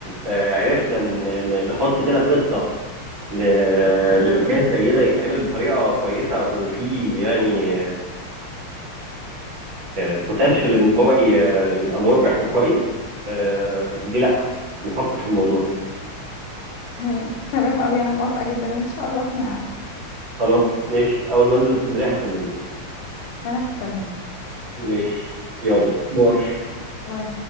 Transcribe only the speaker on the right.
آه، عرفنا ن- ن- نحط كده خطه ل- لمكان زي ده يتعمل بطريقه كويسه وفي يعني بوتنشال ان هو ي- يبقى مربح وكويس آه، ليه لا نفكر في الموضوع
خلاص ماشي اول ما انزل اسكندريه هكلمك
ماشي يلا باي